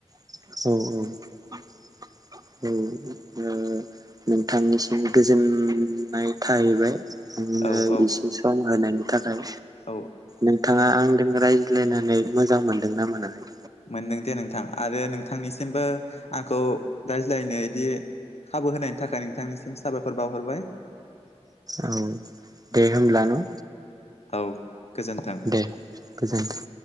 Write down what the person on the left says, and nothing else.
औ
औ
औ
मोनदों दे नोंथां आरो नोंथांनिसिमबो आंखौ रायज्लायनो इदि खाबु होनायनि थाखाय नोंथांनिसिम साबायखर बाहरबाय
औ गोजोन्थों